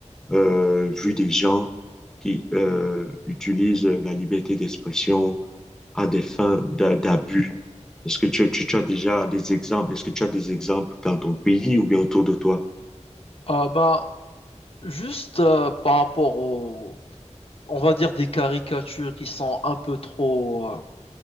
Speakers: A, in the centre; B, on the left (about 50°).
A: euh, vu des gens qui euh, utilisent la liberté d'expression à des fins d'a- d'abus? Est-ce que tu, tu tu as déjà des exemples? Est-ce que tu as des exemples dans ton pays ou bien autour de toi?
B: Ah bah, Juste euh, par rapport aux, on va dire des caricatures qui sont un peu trop, euh,